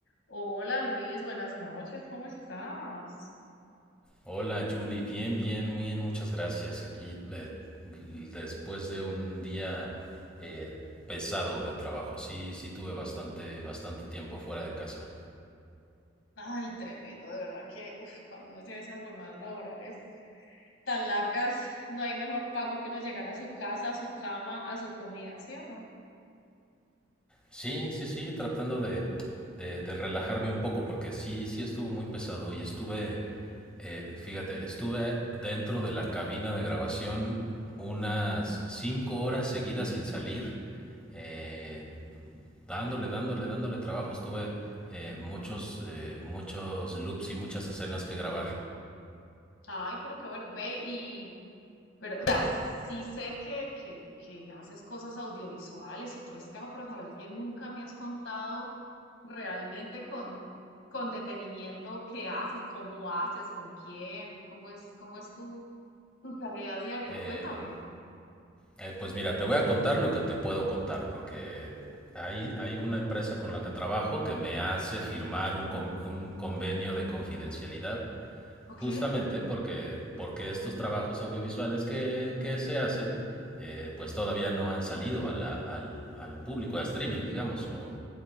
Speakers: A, on the left (about 90°); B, in the centre.
A: Hola Luis, buenas noches, ¿cómo estás?
B: Hola Julie, bien, bien, muy bien, muchas gracias. Aquí eh, después de un día eh, pesado de trabajo, sí, sí tuve bastante, bastante tiempo fuera de casa.
A: Ay, tremendo, de verdad que uf, cuando uno tiene esas jornadas laborales tan largas, no hay mejor pago que uno llegar a su casa, a su cama, a su comida, ¿sí o no?
B: Sí, sí, sí, tratando de, de- de relajarme un poco, porque sí, sí estuvo muy pesado y estuve, eh, fíjate, estuve dentro de la cabina de grabación unas cinco horas seguidas sin salir, eh, dándole, dándole, dándole trabajo. Estuve eh, muchos, eh, muchos loops y muchas escenas que grabar.
A: Ay, pero qué bueno, ve y, pero, o sea, sí sé que, que, que haces cosas audiovisuales y todo ese tema, pero saber que nunca me has contado realmente con, con detenimiento qué haces, cómo haces, con quién, cómo es, cómo es tu Tu tarea diaria,
B: Eh,
A: cuéntame.
B: Eh, pues mira, te voy a contar lo que te puedo contar, porque hay, hay una empresa con la que trabajo que me hace firmar un, con- un convenio de confidencialidad,
A: Ok.
B: justamente porque, porque estos trabajos audiovisuales que, que se hacen, eh, pues todavía no han salido a la- al, al público, a streaming, digamos, o